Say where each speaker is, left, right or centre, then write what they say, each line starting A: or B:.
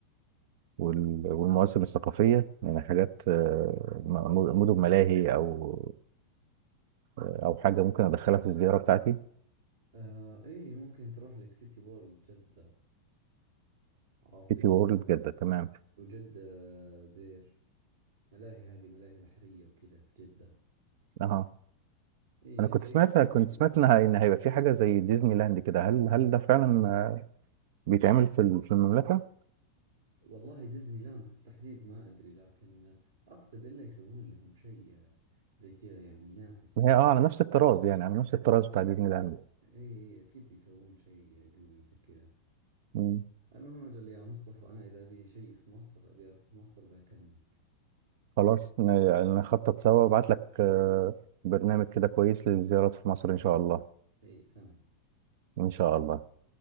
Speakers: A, on the right; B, on the right.
A: وال- والمواسم الثقافية يعني حاجات آه، م- مدن ملاهي أو أو حاجة ممكن أدخلها في الزيارة بتاعتي
B: آه إيه ممكن تروح لك سيتي وورلد جدة عرفت
A: سيتي
B: وجدة
A: وورلد جدة تمام
B: وجدة بير ملاهي هذه ملاهي بحرية وكذا في جدة
A: أها
B: إيه
A: أنا
B: يعني
A: كنت
B: غير
A: سمعت
B: جو
A: كنت
B: كذا
A: سمعت إن هي- إن هيبقى في حاجة زي ديزني لاند كده هل هل ده فعلا آه، بيتعمل في ال- في المملكة؟
B: والله ديزني لاند في التحديد ما أدري لكن أعتقد إلا يسوون لهم شيء زي كذا يعني ينافس ديزني
A: هي أه على نفس الطراز يعني على نفس الطراز بتاع ديزني لاند
B: إيه إيه، إيه، أكيد بيسوون شيء قوي مثل كذا
A: مم.
B: المهم أجل يا مصطفى أنا إذا أبي شيء في مصر أبي أروح مصر بكلمك
A: خلاص ن- يعني نخطط سوا وأبعت لك آه، برنامج كده كويس للزيارات في مصر إن شاء الله
B: إيه تم
A: إن شاء الله